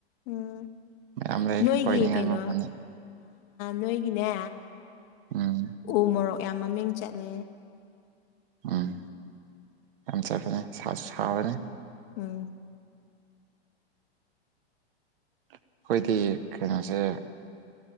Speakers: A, on the left; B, on the right.
A: ꯎꯝ
B: ꯃꯌꯥꯝ ꯂꯩ
A: ꯅꯣꯏꯒꯤ
B: ꯀꯣꯏꯅꯤꯡꯉꯥꯏ
A: ꯀꯩꯅꯣ
B: ꯃꯐꯝꯅꯤ
A: ꯅꯣꯏꯒꯤꯅꯦ
B: ꯎꯝ
A: ꯎ ꯃꯣꯔꯣꯛ ꯌꯥꯝ ꯃꯃꯤꯡ ꯆꯠꯂꯦ
B: ꯎꯝ ꯌꯥꯝ ꯆꯠꯄꯅꯤ ꯁꯥꯕꯅꯤ
A: ꯎꯝ
B: ꯑꯩꯈꯣꯏꯗꯤ ꯀꯩꯅꯣꯁꯦ